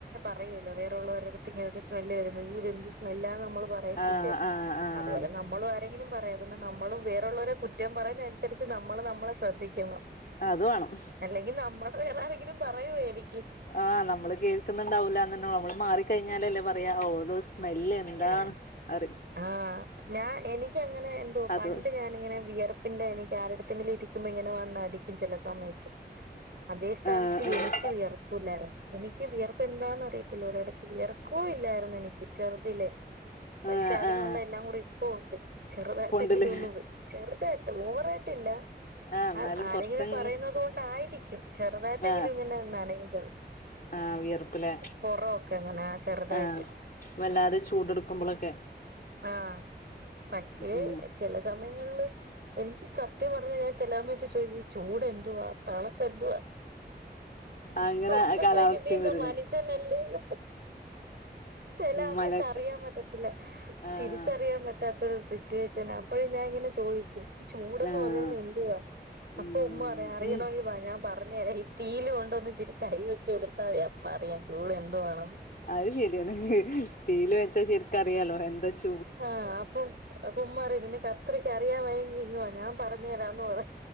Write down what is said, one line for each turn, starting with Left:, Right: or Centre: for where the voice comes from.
Right: അറിയുല്ലോ വേറൊള്ളോരെ ഇങ്ങനെ ഒരു സ്മെല്ല് വരുമ്പോ അയ്യോ ഇതെന്ത് സ്മെല്ലാന്നമ്മള് പറയത്തില്ലേ.
Left: ആഹ് ആഹ് ആഹ്
Right: അതുപോലെ നമ്മളു എന്തെങ്കിലും പറയരുത്. നമ്മള് വേറെള്ളവരെ കുറ്റം പറയുന്ന അനുസരിച്ച് നമ്മള് നമ്മളെ ശ്രദ്ധിക്കണം
Left: അത് വേണം
Right: അല്ലെങ്കി നമ്മള് വേറെ ആരെങ്കിലും പറയുവായിരിക്കും
Left: ആഹ് നമ്മള് കേൾക്കുന്നുണ്ടാവൂല ന്നന്നൊള്ളു. നമ്മള് മാറിക്കഴിഞ്ഞാലല്ലേ പറയാ ഓളൊ രു സ്മെല്ല് എന്താണ്
Right: ആ
Left: അറിം
Right: ആഹ് ഞാ എനിക്കങ്ങനെ എന്തോ
Left: അത്
Right: പണ്ട് ഞാൻ ഇങ്ങനെ വിയർപ്പിന്റെ എനിക്ക് ആരടടുത്തെങ്കിലും ഇരികുംമ്പോ ഇങ്ങനെ വന്നടിക്കും ചെലസമയത്ത് അതേ സ്ഥാനത്ത്
Left: ആഹ് ആഹ്
Right: എനിക്ക് വിയർപില്ലാരുന്നു. എനിക്ക് വിയർപ്പ് എന്താന്ന് അറിയത്തില്ല ഒരിടക് വിയർക്കു ഇല്ലായിരുന്നു എനിക്ക് ചെറുതിലേ. പക്ഷെ
Left: ആഹ്
Right: അതിനുള്ള
Left: ആഹ്
Right: എല്ലാം കൂടി ഇപ്പ ഉണ്ട് ചെറുതായിട്ടെങ്കിലും
Left: ഇപ്പൊണ്ട്ല്ലേ
Right: ഒന്നുംവിയ് ചെറുതായിട്ട് ഓവറായിട്ടില്ല
Left: ആഹ് എന്നാലും
Right: ആ ആരെങ്കിലും
Left: കൊറച്ചെങ്കിലും
Right: പറയുന്നത് കൊണ്ടായിരിക്കും. ചെറുതായിട്ടെങ്കിലും
Left: ആഹ്
Right: ഇങ്ങനെ നനയും ചെറു
Left: ആഹ് വിയർപ്പ്ലേ
Right: പൊറൊക്കെങ്ങനെ ചെറുതായിട്ട്
Left: ആഹ് വല്ലാതെ ചൂട് ട്ക്കുമ്പളൊക്കെ
Right: ആഹ് പക്ഷേ-
Left: ഉം
Right: ചെല സമയങ്ങളില് എനിക്ക് സത്യം പറഞ്ഞാ ഞാൻ ചെല സമയത്ത് ചോയ്ക്കും ഈ ചൂടെന്തുവാ തണപ്പെന്തുവാ
Left: അങ്ങനെ
Right: അപ്പ
Left: കാലാവസ്ഥയും
Right: ചോയിക്കും നീയെന്താ
Left: വരൂലേ
Right: മനുഷ്യനല്ലേന്ന് ചില അമയത്ത്
Left: മലക്കെ
Right: അറിയാൻ പറ്റത്തില്ല
Left: ആഹ്
Right: തിരിച്ചറി ചെയ്യൻ പറ്റാത്തൊരു സിറ്റുവേഷനാ അപ്പോഴും ഞാൻ ഇങ്ങനെ ചോദിക്കും ഈ ചൂടന്ന്
Left: ആഹ്
Right: പറയുന്നത് എന്തുവാ അപ്പൊ
Left: ഉം
Right: ഉമ്മ പറയാ അറിയണമെങ്കി
Left: ഉം
Right: വാ ഞാൻ പറഞ്ഞേരാ ഈ തീൽ കൊണ്ട ഒന്നിച്ചിരി കൈ വെച്ച് കൊടുത്തായാ പറിയാം ചൂടെന്തുവാണെന്ന്
Left: അത് ശരിയാണ് തീല് വെച്ചാ ശരിക്കറിയാലോ എന്താച്ച്
Right: ആഹ് അപ്പൊ ഉമ്മറിം നിനക്ക് അത്രയ്ക്ക് അറിയാ വായങ്കി ഇങ്ങ് വാ ഞാൻ പറഞ്ഞേരാ ന്ന് പറിം